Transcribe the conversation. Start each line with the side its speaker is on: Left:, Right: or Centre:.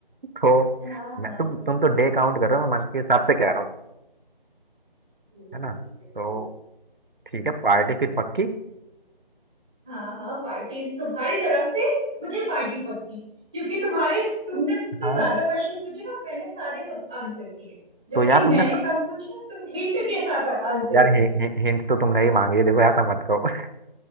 Right: तो
Centre: हाँ
Right: मैं
Centre: हाँ
Right: तुम तुम
Centre: बिल्कुल
Right: तो डे काउंट कर रहे हो मैं मंथ के हिसाब से कह रहा हूँ
Centre: बिल्कुल
Right: है ना
Centre: बिल्कुल
Right: तो
Centre: बिल्कुल।
Right: ठीक है पार्टी फिर पक्की
Centre: हाँ हाँ पार्टी तुम्हारी तरफ से मुझे पार्टी पक्की क्योंकि तुम्हारे तुमने मुझसे
Right: हाँ
Centre: ज्यादा क्वेश्चन पूछे और मैंने सारे सब आंसर किए जबकि
Right: तो यार तुमने
Centre: मैंने कम पूछे तुम हिंट के साथ आंसर
Right: तो यार
Centre: किए
Right: हि, हि, हिंट तो तुमने ही मांगी है देखो ऐसा मत कहो